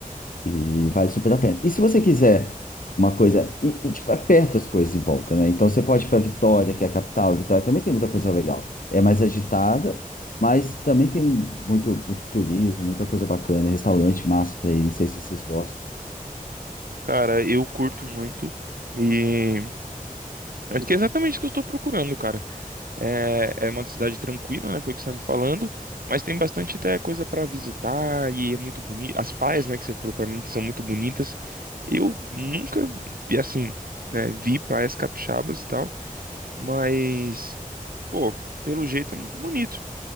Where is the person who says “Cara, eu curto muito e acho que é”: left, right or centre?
Right